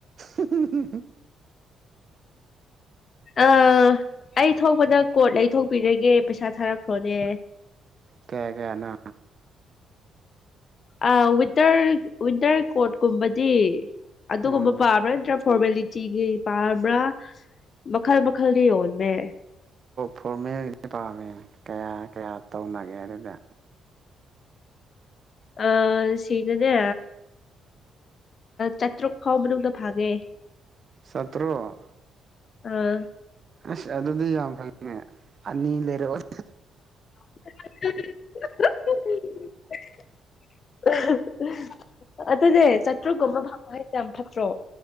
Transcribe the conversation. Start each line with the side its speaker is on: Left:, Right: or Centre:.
Right: ꯍꯨꯝ ꯍꯨꯝ
Left: ꯑ ꯑꯩ ꯊꯣꯛꯄꯗ ꯀꯣꯠ ꯂꯩꯊꯣꯛꯄꯤꯔꯒꯦ ꯄꯩꯁꯥ ꯊꯥꯔꯛꯈ꯭ꯔꯣꯅꯦ
Right: ꯀꯌꯥ ꯀꯌꯥ ꯅꯣ
Left: ꯑ ꯋꯤꯟꯇꯔ ꯋꯤꯟꯇꯔ ꯀꯣꯠꯀꯨꯝꯕꯗꯤ ꯑꯗꯨꯒꯨꯝꯕ
Right: ꯎꯝ
Left: ꯄꯥꯝꯕ꯭ꯔꯥ ꯅꯠꯇ꯭ꯔ ꯐꯣꯔꯃꯦꯂꯤꯇꯤꯒꯤ ꯄꯥꯔꯕ꯭ꯔꯥ ꯃꯈꯜ ꯃꯈꯜꯒꯤ ꯌꯣꯟꯃꯦ
Right: ꯐꯣꯔꯃꯦꯜꯒꯤ ꯄꯥꯝꯃꯦ ꯀꯌꯥ ꯀꯌꯥ ꯇꯧꯅꯒꯦ ꯑꯗꯨꯗ
Left: ꯑ ꯁꯤꯗꯅꯦ ꯆꯥꯇ꯭ꯔꯨꯛ ꯐꯥꯎ ꯃꯅꯨꯡꯗ ꯐꯪꯉꯦ
Right: ꯆꯥꯇ꯭ꯔꯨꯛ
Left: ꯎꯝ
Right: ꯑꯁ ꯑꯗꯨꯗꯤ ꯌꯥꯝ ꯐꯩꯅꯦ ꯑꯅꯤ ꯂꯩꯔꯛꯑꯣ
Left: <unintelligible> ꯑꯗꯨꯗꯤ ꯆꯥꯇ꯭ꯔꯨꯛꯀꯨꯝꯕ ꯐꯪꯕ ꯍꯥꯏꯁꯦ ꯌꯥꯝ ꯐꯠꯇ꯭ꯔꯣ